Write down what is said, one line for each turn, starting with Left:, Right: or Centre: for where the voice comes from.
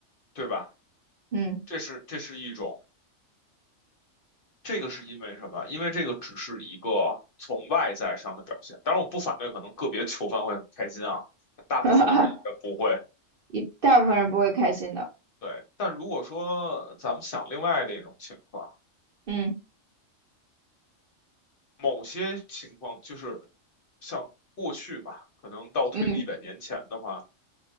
Left: 对吧？
Right: 嗯，
Left: 这是这是一种。这个是因为什么？因为这个只是一个从外在上的表现。当然，我不反对，可能个别囚犯会很开心啊，大部分的人应该不会。
Right: <laughs> 一大部分人不会开心的，
Left: 对，但如果说咱们想另外的一种情况，
Right: 嗯
Left: 某些情况就是像过去吧，可能倒推个一百年前的话，
Right: 嗯